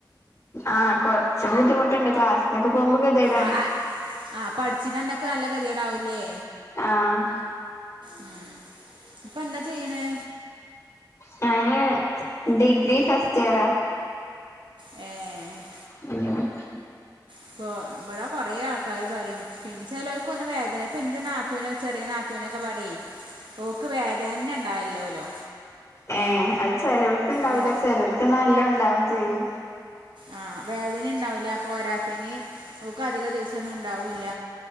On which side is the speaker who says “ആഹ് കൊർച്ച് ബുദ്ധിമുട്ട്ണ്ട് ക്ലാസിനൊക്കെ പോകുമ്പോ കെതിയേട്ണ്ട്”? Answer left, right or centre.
Left